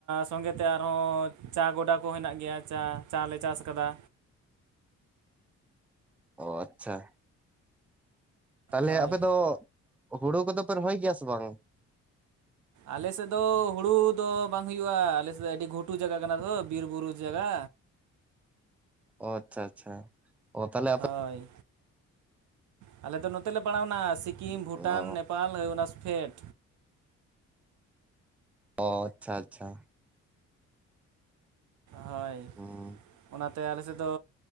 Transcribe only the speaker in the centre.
ᱚ ᱟᱪᱪᱷᱟ ᱛᱟᱦᱞᱮ
ᱟᱯᱮ ᱫᱚ ᱦᱩᱲᱩ ᱠᱚᱫᱚ ᱯᱮ ᱨᱚᱦᱚᱭ ᱜᱮᱭᱟ ᱥᱮ ᱵᱟᱝ?
ᱚ ᱟᱪᱪᱷᱟ ᱟᱪᱪᱷᱟ ᱚ ᱛᱟᱞᱦᱮ
ᱚ
ᱚ ᱟᱪᱪᱷᱟ ᱟᱪᱪᱷᱟ
ᱦᱩᱸ